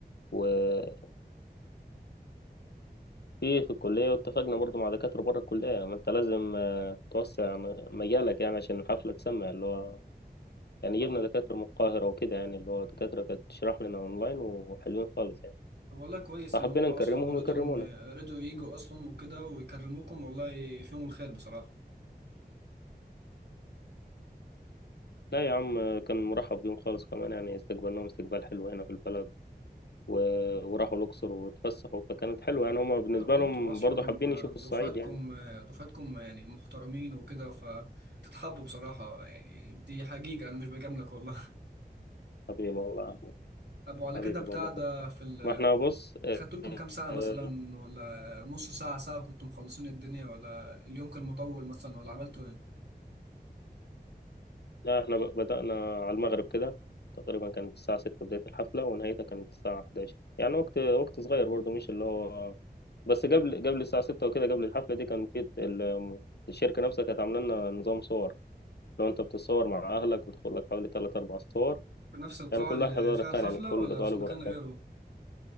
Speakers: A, on the left; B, on the right.
A: وفي في الكلية واتفقنا برضه مع دكاترة بره الكلية ما انت لازم آه، توسع م- مجالك يعني عشان الحفلة تسمع اللي هو يعني
B: اه
A: جبنا دكاترة من القاهرة وكده يعني اللي هو دكاترة كانت تشرح لنا أونلاين وحلوين خالص يعني
B: طب والله كويس
A: فحبينا
B: ان هم
A: نكرمهم
B: اصلا رضوا
A: ويكرمونا
B: رضوا يجوا اصلا وكده ويكرموكم والله فيهم الخير بصراحه
A: لا يا عم كان مرحب بيهم خالص كمان يعني استقبلناهم استقبال حلو هنا في البلد و... وراحوا الأقصر واتفسحوا فكانت حلوة يعني هما بالنسبة
B: لا وانتوا
A: لهم
B: اصلا
A: برضه حابين يشوفوا الصعيد
B: دفعتكم
A: يعني
B: دفعتكم يعني محترمين وكده فتتحبوا بصراحه يعني دي حقيقه انا مش بجاملك والله
A: حبيب الله أحمد
B: <laughs> طب وعلى
A: حبيب
B: كده بتاع
A: الله
B: ده
A: فتحي
B: في ال...
A: ما احنا بص اه،
B: خدت لكم كام ساعه
A: اه،
B: مثلا ولا نص ساعه ساعه كنتوا مخلصين الدنيا ولا اليوم كان مطول مثلا ولا عملتوا ايه
A: لا احنا ب- بدأنا على المغرب كده تقريبا كانت الساعة 6 بداية الحفلة ونهايتها كانت الساعة 11 يعني وقت وقت صغير برضه مش اللي هو بس قبل
B: مم.
A: قبل الساعة 6 وكده قبل الحفلة دي كان في ال- الشركة نفسها كانت عاملة لنا نظام صور لو أنت بتتصور مع أهلك بتاخد لك حوالي تلات أربع صور
B: في نفس القاعه
A: يعني كل
B: اللي
A: واحد ورا
B: فيها
A: التاني
B: الحفله
A: يعني كل
B: ولا
A: طالب
B: في مكان
A: ورا التاني
B: غيره